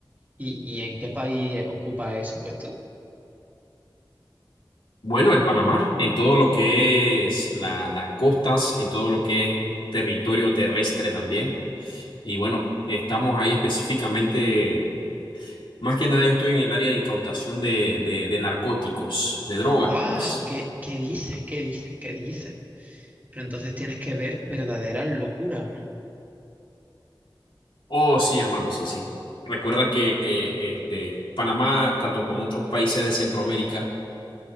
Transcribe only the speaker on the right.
¿Y, y en qué país ocupa ese puesto?
¡Wow!
¿Qué, qué dices? ¿Qué dices? ¿Qué dices? Pero entonces tienes que ver verdaderas locuras, ¿no?